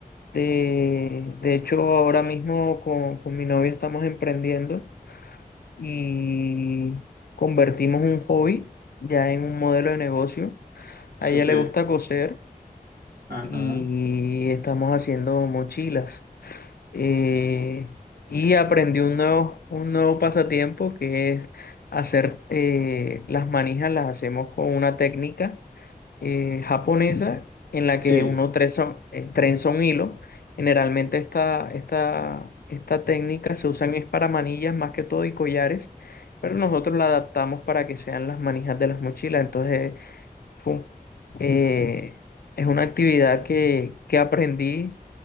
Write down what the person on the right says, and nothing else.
súper.
Ajá.
Sí,